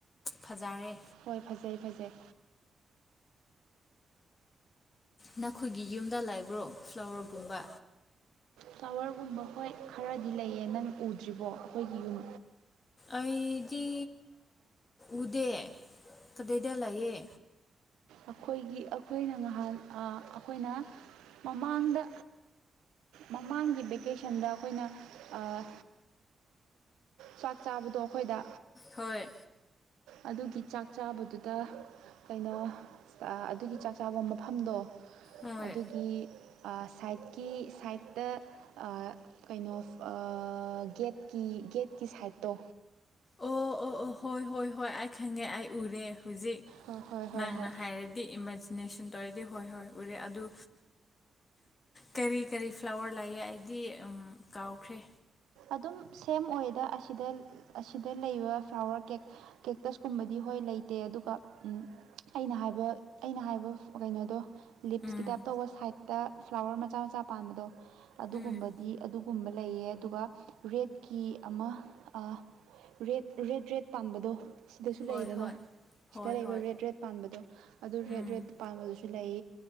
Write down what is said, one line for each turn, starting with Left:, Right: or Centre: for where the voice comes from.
Left: ꯐꯖꯔꯦ
Right: ꯍꯣꯏ ꯐꯖꯩ ꯐꯖꯩ
Left: ꯅꯈꯣꯏꯒꯤ ꯌꯨꯝꯗ ꯂꯕ꯭ꯔꯣ ꯐ꯭ꯂꯥꯋꯔꯒꯨꯝꯕ
Right: ꯐ꯭ꯂꯥꯋꯔꯒꯨꯝꯕ ꯍꯣꯏ ꯈꯔꯗꯤ ꯂꯩꯌꯦ ꯅꯪ ꯎꯗ꯭ꯔꯤꯕꯣ ꯑꯈꯣꯏꯒꯤ ꯌꯨꯝ
Left: ꯑꯩꯗꯤ ꯎꯗꯦ ꯀꯗꯥꯏꯗ ꯂꯩꯌꯦ
Right: ꯑꯈꯣꯏꯒꯤ ꯑꯈꯣꯏꯅ ꯉꯍꯥꯟ ꯑꯈꯣꯏꯅ ꯃꯃꯥꯡꯗ ꯃꯃꯥꯡꯒꯤ ꯚꯦꯀꯦꯁꯟꯗ ꯑꯩꯈꯣꯏꯅ ꯑꯥ ꯆꯥꯛ ꯆꯥꯕꯗꯣ ꯑꯩꯈꯣꯏꯗ
Left: ꯍꯣꯏ
Right: ꯑꯗꯨꯒꯤ ꯆꯥꯛ ꯆꯥꯕꯗꯨꯗ ꯀꯩꯅꯣ ꯑꯥ ꯑꯗꯨꯒꯤ ꯆꯥꯛ ꯆꯥꯕ ꯃꯐꯝꯗꯣ
Left: ꯍꯣꯏ
Right: ꯑꯗꯨꯒꯤ ꯑꯥ ꯁꯥꯏꯠꯀꯤ ꯁꯥꯏꯠꯇ ꯑꯥ ꯀꯩꯅꯣ ꯑꯥ ꯒꯦꯠꯀꯤ ꯒꯦꯠꯀꯤ ꯁꯥꯏꯠꯇꯣ
Left: ꯑꯣ ꯑꯣ ꯑꯣ ꯍꯣꯏ ꯍꯣꯏ ꯍꯣꯏ ꯑꯩ ꯈꯪꯉꯦ ꯑꯩ ꯎꯔꯦ ꯍꯧꯖꯤꯛ
Right: ꯍꯣꯏ ꯍꯣꯏ ꯍꯣꯏ
Left: ꯅꯪꯅ
Right: ꯍꯣꯏ
Left: ꯍꯥꯏꯔꯗꯤ ꯏꯃꯔꯖ ꯅꯦꯁꯟ ꯇꯧꯔꯗꯤ ꯍꯣꯏ ꯍꯣꯏ ꯎꯔꯦ ꯑꯗꯨ ꯀꯔꯤ ꯀꯔꯤ ꯐ꯭ꯂꯥꯋꯔ ꯂꯩꯑꯦ ꯑꯩꯗꯤ ꯀꯥꯎꯈ꯭ꯔꯦ
Right: ꯑꯗꯨꯝ ꯁꯦꯝ ꯑꯣꯏꯗ ꯑꯁꯤꯗ ꯑꯁꯤꯗ ꯂꯩꯕ ꯐ꯭ꯂꯥꯋꯔ ꯀꯦꯛ ꯀꯦꯛꯇꯁꯀꯨꯝꯕꯗꯤ ꯍꯣꯏ ꯂꯩꯇꯦ ꯑꯗꯨꯒ ꯎꯝ ꯑꯩꯅ ꯍꯥꯏꯕ ꯑꯩꯅ ꯍꯥꯏꯕ ꯀꯩꯅꯣꯗꯣ ꯂꯤꯞꯁꯀꯤ
Left: ꯎꯝ
Right: ꯇꯥꯏꯞ ꯇꯧꯕ ꯁꯥꯏꯠꯇ ꯐ꯭ꯂꯥꯋꯔ ꯃꯆꯥ ꯃꯆꯥ ꯄꯥꯟꯕꯗꯣ ꯑꯗꯨꯒꯨꯝꯕꯗꯤ
Left: ꯎꯝ
Right: ꯑꯗꯨꯒꯨꯝꯕ ꯂꯩꯌꯦ ꯑꯗꯨꯒ ꯔꯦꯠꯀꯤ ꯑꯃ ꯑꯥ ꯔꯦꯠ ꯔꯦꯠ ꯔꯦꯠ ꯄꯥꯟꯕꯗꯣ ꯁꯤꯗꯁꯨ
Left: ꯍꯣꯏ
Right: ꯂꯩꯗꯅ
Left: ꯍꯣꯏ ꯍꯣꯏ
Right: ꯁꯤꯗ ꯂꯩꯕ
Left: ꯍꯣꯏ
Right: ꯔꯦꯠ ꯔꯦꯠ ꯄꯥꯟꯕꯗꯣ ꯑꯗꯨ
Left: ꯎꯝ
Right: ꯔꯦꯠ ꯔꯦꯠ ꯄꯥꯟꯕꯗꯨꯁꯨ ꯂꯩ